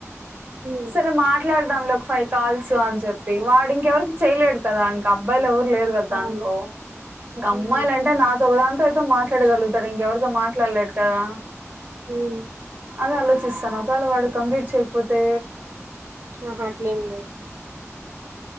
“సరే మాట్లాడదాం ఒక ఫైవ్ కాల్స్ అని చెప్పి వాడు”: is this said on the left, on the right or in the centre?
Right